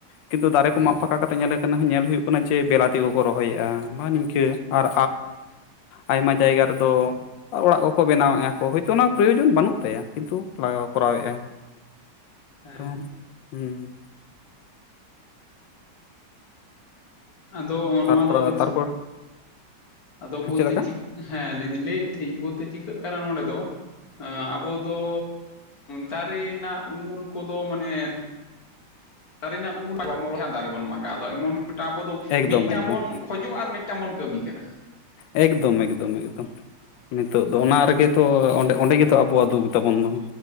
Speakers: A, on the left (about 80°); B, on the left (about 55°).
A: ᱠᱤᱱᱛᱩ ᱫᱟᱨᱮ ᱠᱚ ᱢᱟᱜ ᱯᱷᱟᱠᱟ ᱠᱟᱛᱮ ᱧᱮᱞᱮ ᱟᱠᱟᱱᱟ ᱧᱮᱞ ᱦᱩᱭᱩᱜ ᱠᱟᱱᱟ ᱪᱮ ᱵᱮᱞᱟᱛᱤᱠᱚ ᱠᱚ ᱨᱚᱦᱚᱭᱮᱫᱼᱟ ᱦᱳᱭ ᱱᱤᱝᱠᱟᱹ᱾ ᱟᱨ ᱟᱭᱢᱟ ᱡᱟᱭᱜᱟ ᱨᱮᱫᱚ ᱟᱨ ᱚᱲᱟᱜ ᱠᱚᱠᱚ ᱵᱮᱱᱟᱣᱮᱫᱼᱟ ᱠᱚ ᱦᱚᱭᱛᱚ ᱚᱱᱟ ᱯᱨᱚᱭᱚᱡᱚᱱ ᱵᱟᱹᱱᱩᱜ ᱛᱟᱭᱟ ᱠᱤᱱᱛᱩ ᱞᱟᱜᱟᱣ ᱠᱚᱨᱟᱣ ᱮᱫᱟᱭ
B: ᱦᱮᱸ
A: ᱛᱚ ᱦᱩᱸ
B: ᱟᱫᱚ
A: ᱛᱟᱨᱯᱚᱨ
B: ᱱᱚᱣᱟ ᱫᱚ
A: ᱛᱟᱨᱯᱚᱨ
B: ᱪᱤ ᱟᱫᱚ ᱵᱚᱞᱛᱮ
A: ᱪᱮᱫ ᱞᱮᱠᱟ
B: ᱪᱤᱠᱟᱹᱜ ᱦᱮᱸ ᱞᱟᱹᱭᱫᱟᱧ ᱞᱟᱹᱭᱮᱫ ᱛᱟᱦᱮᱸᱱᱤᱧ ᱵᱚᱞᱛᱮ ᱪᱤᱠᱟᱹᱜ ᱠᱟᱱᱟ ᱱᱚᱰᱮ ᱫᱚ ᱟᱵᱚ ᱫᱚ ᱫᱟᱨᱮ ᱨᱮᱱᱟᱜ ᱩᱢᱩᱞ ᱠᱚᱫᱚ ᱢᱟᱱᱮ ᱫᱟᱨᱮ ᱨᱮᱱᱟᱜ ᱩᱢᱩᱞ ᱵᱟᱵᱚᱱ ᱨᱚᱦᱚᱭᱟ ᱫᱟᱨᱮ ᱵᱚᱱ ᱢᱟᱜᱟᱼᱟ ᱮᱢᱚᱱ ᱢᱤᱫᱟᱝ ᱟᱵᱚ ᱫᱚ
A: ᱮᱠᱫᱚᱢ
B: ᱢᱤᱫᱴᱟᱝ
A: ᱮᱠᱫᱚᱢ
B: ᱵᱚᱱ ᱠᱷᱚᱡᱚᱜ ᱟᱨ ᱢᱤᱫᱴᱟᱝ ᱵᱚᱱ ᱠᱟᱹᱢᱤ ᱠᱟᱱᱟ᱾
A: ᱮᱠᱫᱚᱢ ᱮᱠᱫᱚᱢ ᱮᱠᱫᱚᱢ᱾ ᱱᱤᱛᱚᱜ ᱫᱚ ᱚᱱᱟ ᱨᱮᱜᱮ ᱛᱚ ᱚᱸᱰᱮ ᱚᱸᱰᱮ ᱜᱮᱛᱚ ᱟᱵᱚᱣᱟᱜ ᱫᱩᱠ ᱛᱟᱵᱚᱱ ᱫᱚ᱾